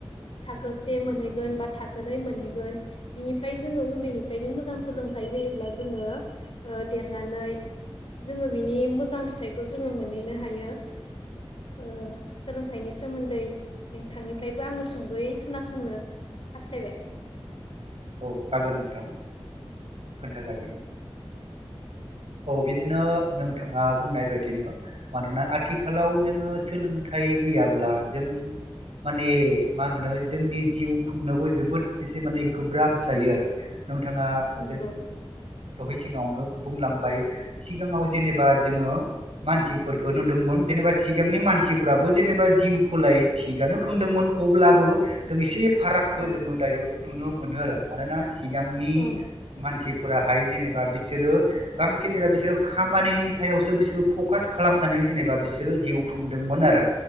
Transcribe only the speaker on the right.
औ जागोन नोंथां खोनथा जागोन। औ बिदिनो नोंथाङा बुंनाय बायदिनो मानोना आथिखालाव जोङो सोलोंथाइ गैयाब्ला जों
माने मा होनो जोंनि जिउ खुंनोबो जोबोद एसे माने गोब्राब जायो आरो नोंथाङा
दहाय सिगाङावनो बुंलांबाय सिगाङाव जेनेबा जोङो मानसिफोरखौ नुदोंमोन जेनेबा सिगांनि मानसिफोराबो जेनेबा जिउ फोलाय थिगानो खुंदोंमोन। अब्लाबो जों एसे फारागखौ
जोङो दायो नुनो मोनो आरो मानोना सिगांनि
मानसि फोराहाय जेनेबा बिसोरो बांसिन जेनबा बिसोरो खामानिनि सायावसो बिसोरो फकास खालामनानै जेनेबा बिसोरो जिउ खुंदोंमोन आरो